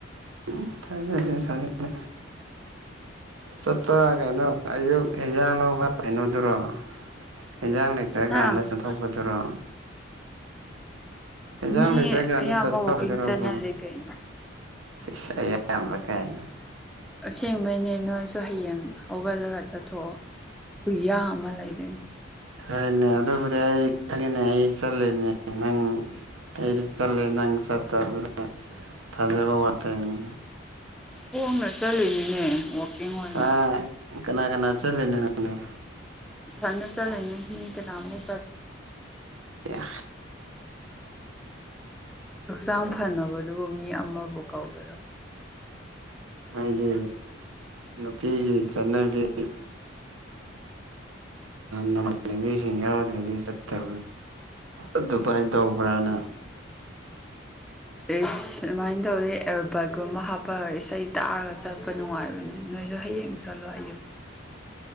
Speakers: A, on the right; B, in the centre.
A: ꯎ ꯊꯖꯦ ꯊꯖꯦ ꯆꯠꯄ ꯀꯩꯅꯣ ꯑꯌꯨꯛ ꯑꯦꯟꯖꯥꯡ ꯂꯧꯕ ꯀꯩꯅꯣꯗꯨꯔꯣ ꯍꯟꯖꯥꯡ ꯂꯩꯇ꯭ꯔ
B: ꯍꯥ
A: ꯀꯥꯟꯗ ꯆꯠꯊꯣꯛꯄꯗꯨꯔꯣ ꯍꯟꯖꯥꯡ
B: ꯃꯤ
A: ꯂꯩꯇ꯭ꯔ ꯀꯦꯗ
B: ꯑꯌꯥꯝꯕ
A: ꯆꯠꯊꯗꯔꯕ
B: ꯋꯥꯛꯀꯤꯡ ꯆꯠꯅꯔꯦ ꯀꯩꯅꯣ
A: ꯁ ꯑꯃꯔ ꯀꯥꯏꯅ
B: ꯑꯁꯦꯡꯕꯩꯅꯦ ꯅꯣꯏꯁꯨ ꯍꯌꯦꯡ ꯍꯧꯒꯠꯂꯒ ꯆꯠꯊꯣꯛꯑꯣ ꯍꯨꯏꯌꯥ ꯑꯃ ꯂꯩꯗꯤ
A: ꯍꯣꯏꯅꯦ ꯑꯗꯨꯕꯨꯗꯤ ꯑꯩ ꯈꯅꯤꯅꯦ ꯑꯩ ꯆꯠꯂꯤꯅꯦ ꯅꯪ ꯑꯩꯗꯤ ꯆꯠꯂꯦ ꯅꯪ ꯆꯠꯇꯕꯗ ꯊꯥꯖꯕ ꯋꯥꯠꯄꯩꯅꯤ
B: ꯀꯣꯝꯅ ꯆꯠꯂꯤꯅꯤꯅꯦ ꯋꯀꯤꯡ ꯑꯣꯏꯅ
A: ꯀꯅꯥ ꯀꯅꯥ ꯀꯅꯥ ꯆꯠꯂꯅꯦ ꯅꯪ
B: ꯏ ꯊꯅ ꯆꯂꯅꯦ ꯃꯤ ꯀꯅꯥꯝꯅ ꯆꯦ
A: ꯑꯦ
B: ꯍꯛꯆꯥꯡ ꯐꯅꯕꯗꯨꯕꯨ ꯃꯤ ꯑꯃꯕꯨ ꯀꯧꯒꯦꯔꯣ
A: ꯍꯥꯏꯗꯤ ꯅꯨꯄꯤꯒꯤ ꯆꯠꯅꯕꯤ ꯎ ꯅꯃꯥꯟꯅꯕꯤꯁꯤꯡ ꯌꯥꯎꯗ꯭ꯔꯗꯤꯕ ꯑꯗꯨꯃꯥꯏꯅ ꯇꯧꯕ꯭ꯔꯥꯅ
B: <unintelligible> ꯏꯁ ꯑꯗꯨꯃꯥꯏꯅ ꯇꯧꯔꯦ ꯑꯦꯔꯣꯕꯥꯠꯀꯨꯝꯕ ꯍꯥꯞꯄꯒ ꯏꯁꯩ ꯇꯥꯔꯒ ꯆꯠꯄ ꯅꯨꯡꯉꯥꯏꯕꯅꯦ ꯅꯣꯏ ꯍꯥꯏꯁꯨ ꯍꯌꯦꯡ ꯆꯠꯂꯣ ꯑꯌꯨꯛꯇ